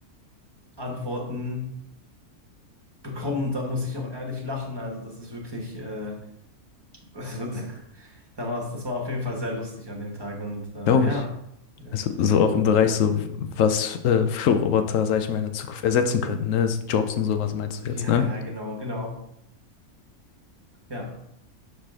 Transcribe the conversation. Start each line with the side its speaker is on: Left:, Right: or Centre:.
Right: Antworten bekommen und da muss ich auch ehrlich lachen. Also das ist wirklich, äh, <laughs> also, da war's, das war auf jeden Fall sehr lustig an dem Tag und äh,
Left: glaube
Right: ja.
Left: ich.
Right: Ja,
Left: Also so auch im Bereich so, was äh, für Roboter, sag ich mal, in der Zukunft ersetzen könnten, ne? Jobs und sowas meinst
Right: ja,
Left: du jetzt, ne?
Right: ja, genau, genau. Ja.